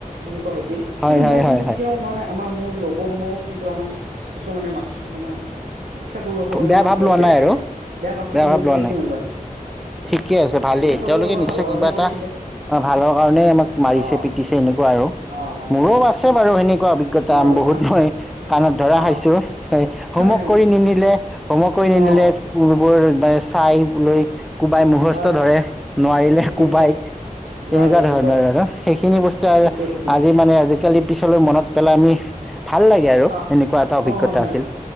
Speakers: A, on the right; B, in the centre.
A: এনেকুৱা হৈছে
B: হয়
A: কিন্তু
B: হয়
A: মই কিন্তু
B: হয় হয়
A: কেতিয়াও মানে আমাৰ মোৰ লগ লগৰসমূহো কিন্তু আমাৰ এতিয়াও মানে মাছ মানে শিক্ষাগুৰুসকলক
B: বেয়া
A: মানে
B: ভাৱ
A: কেতিয়াও
B: লোৱা
A: বেয়াকে
B: নাই আৰু
A: কিন্তু
B: বেয়া ভাৱ
A: মই
B: লোৱা
A: একদমেই
B: নাই
A: নাছিলো
B: ঠিকে আছে
A: সেইটো
B: ভালেই
A: মই ভাবো
B: তেওঁলোকে
A: আমাৰ
B: নিশ্চয়
A: ভালৰ কাৰণে
B: কিবা এটা
A: কৰিছিলে
B: ভালৰ কাৰণে আমাক মাৰিছে
A: অ
B: পিটিছে এনেকুৱা আৰু
A: অ মাৰিছে
B: মোৰো
A: পিটিছে
B: আছে বাৰু সেনেকুৱা অভিজ্ঞতা
A: তোমাৰো আছে
B: বহুত
A: ন
B: মই কাণত ধৰা
A: অ অ
B: খাইছোঁ
A: হয়
B: হোমৱৰ্ক
A: হয়
B: কৰি
A: হয়
B: নিনিলে হোমৱৰ্ক কৰি
A: অ
B: নিনিলে স্কুল বোৰৰ চাই লৈ। কোবাই মুখস্থ
A: হয়
B: ধৰে
A: হয়
B: নোৱাৰিলে
A: ঠিকে
B: কোবাই
A: ঠিকে নোৱাৰিলে
B: তেনেকুৱা ধৰণৰ
A: কোবাই
B: আৰু সেইখিনি বস্তু
A: ঠিকে ঠিকে
B: আজি মানে আজিকালি পিছলৈ মনত পেলাই আমি ভাল লাগে আৰু
A: আহ
B: এনেকুৱা এটা অভিজ্ঞতা
A: অ হয় হয়
B: আছিল
A: হয়